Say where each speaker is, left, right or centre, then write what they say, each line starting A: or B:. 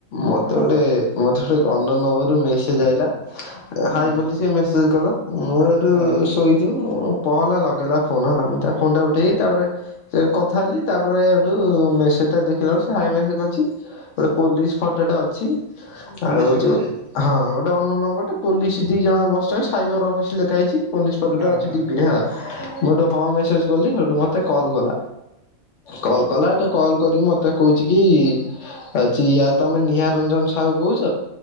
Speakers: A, on the left; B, on the right.
A: ମତେ
B: ହଁ
A: ଗୋଟେ ମତେ ଅନ୍ୟ ନମ୍ବର ରୁ ମେସେଜ୍ ଆଇଲା
B: ହୁଁ
A: ହାଏ ବୋଲି ସେ ମେସେଜ କଲା। ମୁଁ ଏଠୁ-ଉ-ଉ
B: ହଁ
A: ଶୋଇ ଉ ପହଲା ଲଗେଇଲା ଫୋନ ହେଲା ମୁଁ ତା ଫୋନଟା ଉଠେଇ ତାପରେ ସେ କଥା ହେଲି ତାପରେ ଏଠୁ ମେସେଜ ଟା ଦେଖିଲାଠୁ ସେ ହାଏ ମେସେଜ କରିଛି। ଗୋଟେ ପୋଲିସ ଫଟୋଟା ଅଛି।
B: ପୋଲିସ
A: ଆଉ
B: ପଟରେ
A: ଯୋଉଁ ହଁ ଦ ଅନ ନନ୍ ନମ୍ବରଟେ ପୋଲିସ ଦି ଜଣ ବସିଛନ୍ତି। ସାଇବର ଅଫିସ ଲେଖାହେଇଛି ପୋଲି ଫୋଟଟା
B: ହଁ
A: ଅଛି
B: ହଁ
A: ଡିପିରେ ହେଲା, ମୁଁ ଗୋଟେ ହଁ ମେସେଜ୍ ଗଲି ହେଠୁ ମତେ କଲ କଲା। କଲ କଲାଠୁ କଲ କରିକି ମତେ କହୁଛି କି-ଇ-ଇ ତମେ ନିହାର ରଞ୍ଜନ ସାହୁ କହୁଛ